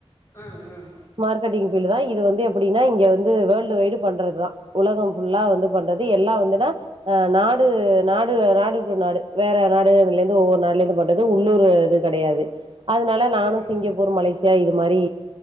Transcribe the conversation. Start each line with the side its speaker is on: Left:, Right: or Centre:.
Left: ம் ம்
Right: மார்க்கெட்டிங் பீல்டு தா இது வந்து எப்டின்னா இங்க வந் வந்து வேர்ல்டு வயடு பண்றது தா உலக ஃபுல்லா வந்து பண்றது எல்லா வந்துனா நாடு நாடு நாடு டு நாடு வேற நாடு லிருந்து ஒவ்வொரு நாளிலே பண்றது உள்ளூர் இது க கெடையாது அதனால நானு
Left: ம்
Right: சிங்கப்பூர் மலேசியா இது மாரி